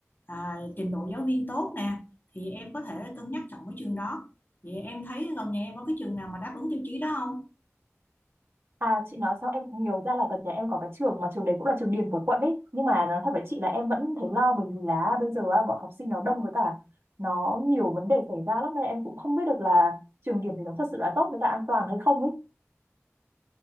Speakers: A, on the left (about 40°); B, on the right (about 50°).
A: à, trình độ giáo viên tốt nè thì em có thể cân nhắc chọn cái trường đó vậy em thấy gần nhà em có cái trường nào mà đáp ứng tiêu chí đó không
B: À chị nói xong em cũng nhớ ra là gần nhà em có cái trường mà trường đấy cũng là trường điểm của quận ấy. Nhưng mà nói thật với chị là em vẫn thấy lo bởi vì là bây giờ á, bọn học sinh nó đông với cả nó nhiều vấn đề xảy ra lắm nên em cũng không biết được là trường điểm thì nó thật sự là tốt với cả an toàn hay không ấy.